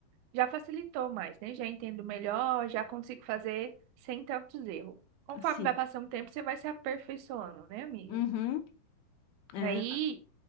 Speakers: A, on the right; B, on the left.
A: já facilitou mais, né? Já entendo melhor, já consigo fazer sem tantos erros. Conforme
B: sim,
A: vai passando o tempo, você vai se aperfeiçoando, né, amiga?
B: uhum, é,
A: Aí.